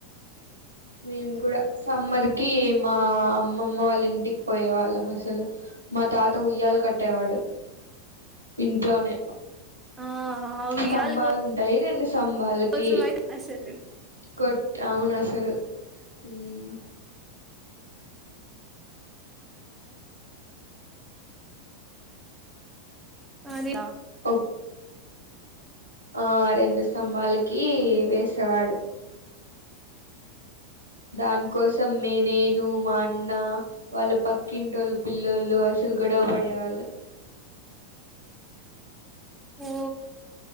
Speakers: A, on the right; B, on the right.
A: మేము కూడా సమ్మర్ కి మా అమ్మమ్మ వాళ్ళ ఇంటికి పోయేవా ళ్ళం అసలు మా తాత ఉయ్యాలు కట్టేవాడు ఇంట్లోనే
B: ఆ ఆ ఉయ్యాల
A: స్తంభాలు ఉంటాయి రెండు స్తంభాలకి
B: కోసం అయితే అసలు
A: కొట్ అవును అసలు ఉమ్
B: ఆనీ
A: ఓకే ఆ రెండు స్తంభాలకి వేసేవాడు దాని కోసం నేను మా అన్న వాళ్ళ పక్కింటోళ్ళ పిల్లో ల్లు అసలు గొడవ పడే వాళ్ళు
B: ఓ